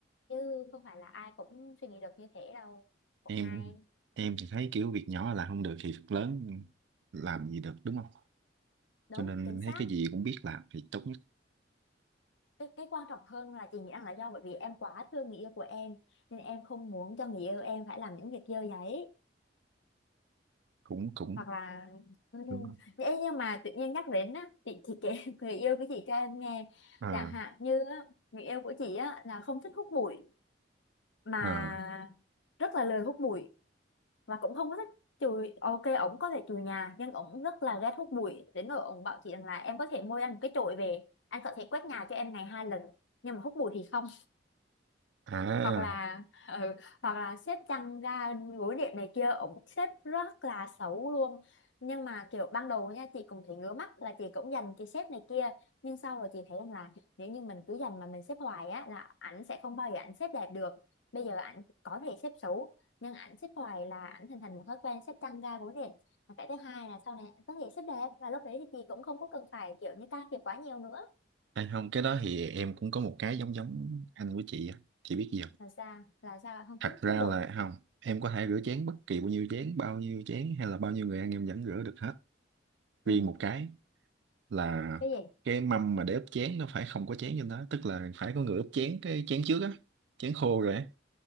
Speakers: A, on the left (about 80°); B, on the right (about 70°).
A: chứ không phải là ai cũng suy nghĩ được như thế đâu
B: em
A: hay,
B: em thì thấy kiểu việc nhỏ là không được thì việc lớn làm gì được đúng không
A: đúng,
B: cho nên
A: chính
B: em
A: xác.
B: thấy cái gì cũng biết làm thì tốt nhất
A: Cái, cái quan trọng hơn là chị nghĩ rằng là do bởi vì em quá thương người yêu của em nên em không muốn cho người yêu em phải làm những việc dơ giấy
B: cũng cũng
A: hoặc là ừ.
B: đúng không?
A: <laughs> Ê, nhưng mà tự nhiên nhắc đến á chị chị kể <laughs> người yêu của chị cho em nghe
B: à
A: chẳng hạn như á, người yêu của chị á là không thích hút bụi mà
B: à
A: rất là lười hút bụi và cũng không có thích chùi ok ổng có thể chùi nhà nhưng ổng rất là ghét hút bụi đến nỗi ổng bảo chị rằng là em có thể mua anh một cái chổi về anh có thể quét nhà cho em ngày hai lần nhưng mà hút bụi thì không
B: à
A: hoặc là ừ, hoặc là xếp chăn ga gối đệm này kia ổng xếp rất là xấu luôn nhưng mà kiểu ban đầu nha chị cũng thấy ngứa mắt là chị cũng dành cái xếp này kia nhưng sau rồi chị thấy rằng là nếu như mình cứ dành mà mình xếp hoài á là ảnh sẽ không bao giờ ảnh xếp đẹp được bây giờ ảnh có thể xếp xấu nhưng ảnh xếp hoài là ảnh hình thành một thói quen xếp chăn ga gối đệm và cái thứ hai là sau này ảnh có thể xếp đẹp và lúc đấy thì chị cũng không có cần phải kiểu như can thiệp quá nhiều nữa
B: Hay không, cái đó thì em cũng có một cái giống giống anh của chị á. Chị biết gì không?
A: là sao là sao không
B: Thật
A: thích
B: ra
A: thuốc bụi
B: là không, em có thể rửa chén bất kỳ bao nhiêu chén, bao nhiêu chén hay là bao nhiêu người ăn em vẫn rửa được hết. Riêng
A: ừ
B: một cái là
A: cái gì
B: cái mâm mà để ướp chén nó phải không có chén trên đó, tức là phải có người ướp chén cái chén trước á, chén khô rồi á.